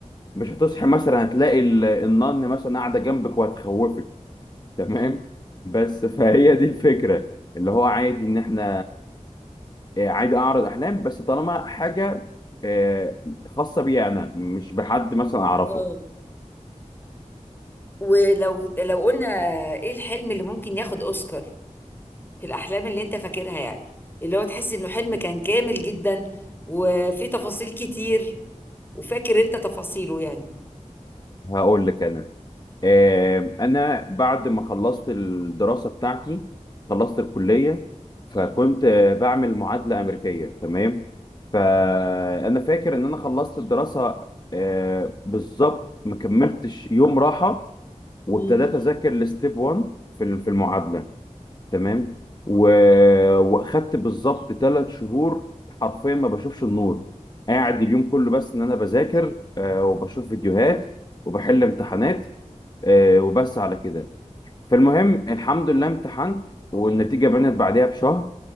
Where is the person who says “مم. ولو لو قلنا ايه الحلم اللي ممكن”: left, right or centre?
Left